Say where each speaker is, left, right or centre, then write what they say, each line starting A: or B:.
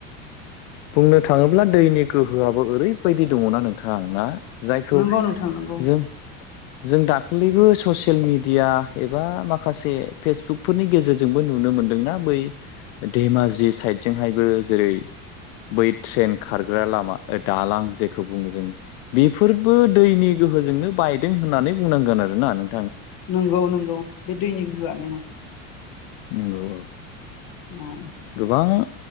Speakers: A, on the left; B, on the left.
A: बुंनो थाङोब्ला दैनि गोहोआबो ओरैबायदि दङना नोंथां ना जायखौ
B: नंगौ नोंथां नंगौ
A: जों जों दाख्लैबो ससियेल मिडिया एबा माखासे फेसबुकफोरनि गेजेर जोंबो नुनो मोनदोंना। बै धेमाजि साइद जोंहायबो जेरै बै ट्रेन खारग्रा लामा दालां जेखौ बुङो जों बेफोरबो दैनि गोहोजोंनो बायदों होननानै बुंनांगोन आरोना नों
B: नोंगौ नोंगौ बे दैनि गोहोआनो।
A: नोंगौ।
B: औ
A: गोबां